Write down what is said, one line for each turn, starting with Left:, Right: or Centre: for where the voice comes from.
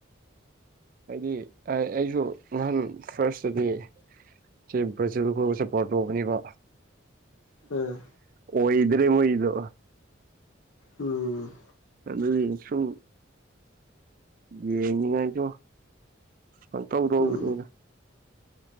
Right: ꯑꯩꯗꯤ ꯑ ꯑꯩꯁꯨ ꯅꯍꯥꯟ ꯐꯥꯔꯁꯇꯗꯤ ꯁꯤ ꯕ꯭ꯔꯥꯖꯤꯜꯕꯨ ꯁꯞꯄꯣꯔꯠ ꯇꯧꯕꯅꯤꯕ
Left: ꯎꯝ
Right: ꯑꯣꯏꯗ꯭ꯔꯦ ꯃꯣꯏꯗꯣ
Left: ꯎꯝ
Right: ꯑꯗꯨ ꯑꯣꯢꯁꯨ ꯌꯦꯡꯅꯤꯉꯥꯏꯇꯣ ꯄꯪꯇꯧ ꯇꯧꯕꯅꯤꯗ
Left: ꯎꯝ